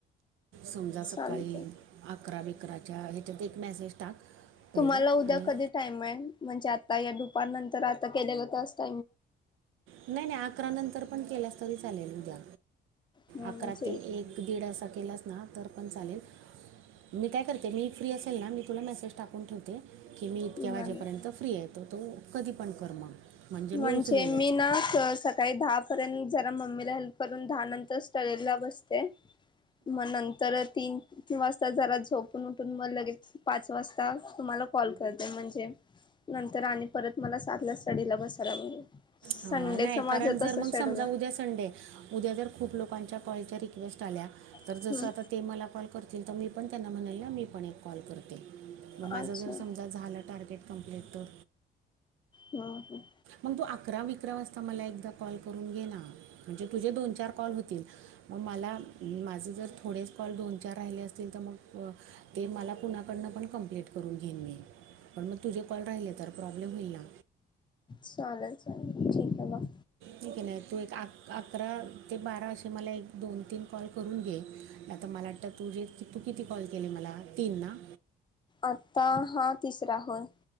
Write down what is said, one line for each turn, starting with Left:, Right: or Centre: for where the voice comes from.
Right: समजा
Left: चालतंय.
Right: सकाळी अकरा बकराच्या ह्याच्यात एक मेसेज टाक. पहिले
Left: तुम्हाला उद्या
Right: आणि
Left: कधी टाईम आहे म्हणजे आता या दुपार नंतर आता केलेलं टास्क
Right: नाही नाही अकरा नंतर पण केल्यास तरी चालेल उद्या
Left: ह
Right: अकरा
Left: म्हणजे
Right: ते एक. एक दीड असा केलाच ना तर पण चालेल. मी काय करते मी फ्री असेल ना मी तुला मेसेज टाकून ठेवते. की मी इतक्या
Left: मला
Right: वाजेपर्यंत फ्री आहे तो तो कधी पण कर मग
Left: म्हणजे
Right: मी उचलेलच
Left: मी ना. काही दहा पर्यंत जरा मम्मीला हेल्प करून दहा नंतर स्टडीला बसते. मग नंतर तीन वाजता जरा झोपून उठून मग लगेच पाच वाजता तुम्हाला कॉल करते म्हणजे नंतर आणि परत मला सातला स्टडीला बसायला बर. संडेच
Right: अं, नाही
Left: मजा
Right: कारण जर
Left: तस
Right: मग
Left: शेड्यूल
Right: समजा
Left: आहे.
Right: उद्या उद्या तर खूप लोकांच्या कॉलचा रिक्वेस्ट आल्या तर
Left: आहे.
Right: जसा आता ते मला कॉल करतील तर मी पण त्यांना म्हणाल ना मी पण एक कॉल करते. मग माझं
Left: अच्छा
Right: जर समजा झालं टार्गेट कं्प्लीट तर
Left: ह ह.
Right: मग तू अकरा विक्र वाजता मला एकदा कॉल करून घेण. म्हणजे तुझे दोन चार कॉल होतील. मग मला माझे जर थोडेच कॉल दोन चार राहिले असतील तर मग ते मला कुणाकडनं पण कम्प्लीट करून घेन मी पण मग तुझे कॉल राहिले तर प्रॉब्लेम होईल ना.
Left: चालेल चल. ठीक आहे म
Right: ठीक आहे ना तू एक अकरा ते बारा असे मला एक दोन तीन कॉल करून घे. आता मला वाटतं तु जे तू किती कॉल केले मला तीन ना.
Left: आत्ता हा तिसरा होय.